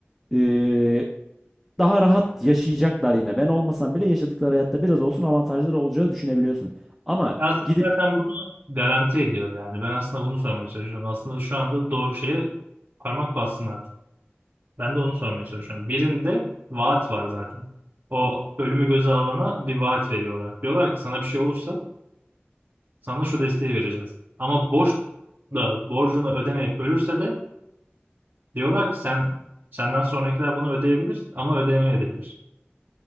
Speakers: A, in the centre; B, on the right.
A: eee, daha rahat yaşayacaklar yine. Ben olmasam bile yaşadıkları hayatta biraz olsun avantajları olacağı düşünebiliyorsun. Ama
B: Ya aslında
A: gidip
B: zaten bunu garanti ediyor yani. Ben aslında bunu sormaya çalışıyorum. Aslında şu anda doğru şeye parmak bassın artık. Ben de onu sormaya çalışıyorum. Birinde vaat var zaten. O ölümü göze alana bir vaat veriyorlar. Diyorlar ki sana bir şey olursa sana şu desteği vereceğiz. Ama borç da borcunu ödemeyip ölürse de Diyorlar ki sen senden sonrakiler bunu ödeyebilir ama ödemeyebilir.